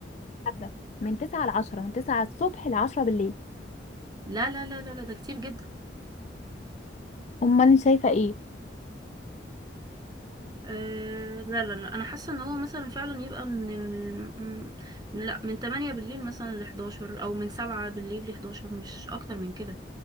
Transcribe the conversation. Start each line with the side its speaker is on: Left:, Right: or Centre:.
Left: تتحدى من 9 ل 10 من 9 الصبح ل 10 بالليل
Right: لا لا لا لا لا، ده كتير جدا
Left: امال انت شايفة ايه
Right: آه لا لا لا انا حاسه ان هو مثلا فعلا يبقى من ال... م- لا من 8 بالليل مثلا ل 11 او من 7 بالليل ل 11 مش اكتر من كده